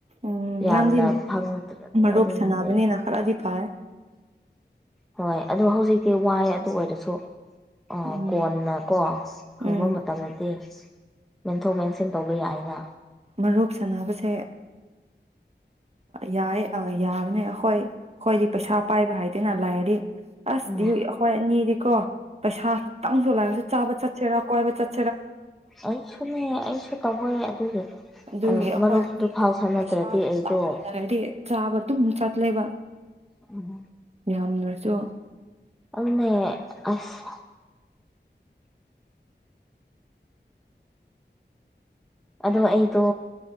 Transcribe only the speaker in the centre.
ꯌꯥꯝꯅ
ꯐꯪꯗ꯭ꯔꯗꯤ
ꯑꯗꯨꯝ
ꯂꯩ
ꯍꯣꯏ ꯑꯗꯨꯣ ꯍꯧꯖꯤꯛꯇꯤ ꯋꯥꯏꯦ ꯑꯗꯨ ꯑꯣꯏꯔꯁꯨ ꯑꯥ
ꯀꯣꯟꯅꯀꯣ ꯍꯪꯕ
ꯃꯇꯝꯗꯗꯤ ꯃꯦꯟꯊꯣꯛ ꯃꯦꯟꯁꯤꯟ ꯇꯧꯕ ꯌꯥꯏꯅ
ꯎꯝ
ꯑꯩꯁꯨꯅꯦ ꯑꯩꯁꯨ ꯇꯧꯋꯦ ꯑꯗꯨꯒꯤ
ꯃꯔꯨꯞꯇꯨ
ꯐꯥꯎ ꯁꯥꯟꯅꯗ꯭ꯔꯗꯤ ꯑꯩꯗꯣ
ꯎꯝ
ꯑꯗꯨ ꯑꯁ ꯑꯗꯣ ꯑꯩꯗꯣ